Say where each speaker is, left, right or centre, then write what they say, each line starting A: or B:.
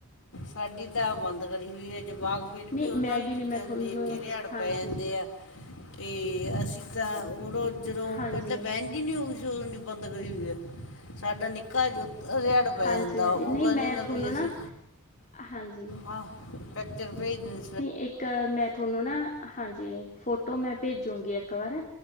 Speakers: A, on the left; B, on the left.
A: ਸਾਡੀ ਤਾਂ ਬੰਦ ਕਰੀ ਹੋਈ ਆ ਜਵਾਕ ਫਿਰ
B: ਨਹੀਂ
A: ਵੀ ਉਹਨਾਂ
B: ਮੈਗੀ
A: ਨੂੰ ਦੂਜਿਆਂ
B: ਨਹੀਂ ਮੈਂ ਤੁਹਾਨੂੰ
A: ਨੂੰ ਦੇਖ ਕੇ ਰਿਹਾੜ
B: ਹਾਂਜੀ
A: ਪੈ ਜਾਂਦੇ ਆ ਤੇ ਅਸੀਂ ਤਾਂ ਉਰੋਂ ਜਦੋ
B: ਹਾਂਜੀ
A: <unintelligible> ਬੰਦ ਕਰੀ ਹੋਈ ਆ ਸਾਡਾ ਨਿੱਕਾ ਰਿਹਾੜ ਪੈ
B: ਹਾਂਜੀ
A: ਜਾਂਦਾ
B: ਹਾਂਜੀ
A: ਉਹ
B: ਨਹੀਂ
A: ਕਹਿੰਦਾ
B: ਮੈਂ
A: ਵੀ
B: ਤੁਹਾਨੂੰ
A: ਅਸੀ
B: ਨਾ ਹਾਂਜੀ।
A: ਹਾ ਪਿਚਰ ਭੇਜ ਦਿੰਦੀ।
B: ਨਹੀਂ ਇੱਕ ਮੈਂ ਤੁਹਾਨੂੰ ਨਾ ਹਾਂਜੀ ਫੋਟੋ ਮੈਂ ਭੇਜੂਗੀ ਇੱਕ ਵਾਰ।